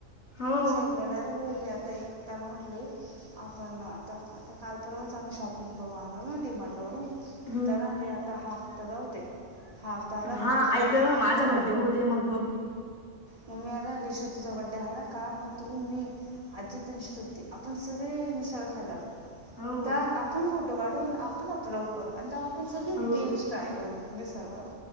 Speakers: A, on the left (about 65°); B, on the right (about 30°).
A: हो
B: मी सायलीला डायरेक्ट बोली आता ये त्याला म्हटले, आपण आता, आता काल परवाच आम्ही शॉपिंग करू आलो ना डिमार्टवरून.
A: हम्म
B: त्याला हे आता हा हप्ता जाऊ दे. हा आला का
A: हा,
B: पुढच्या
A: आई
B: हफ्त्यात
A: गं
B: ना
A: माझा
B: तू
A: बड्डे होऊ दे मग बघू.
B: मग मे मध्ये श्रुतीचा बर्थडे आला का, मग तुम्ही अन् मी अजीत आणि श्रृती आपण सगळे मिसळ खायला जाऊ.
A: हो
B: त्या आपण फोटो काढून, आपण अपलोड करू. आणि तेव्हा आपण सगळे
A: हो
B: गेम्स ट्राय करू. मिसळ ला जाऊ.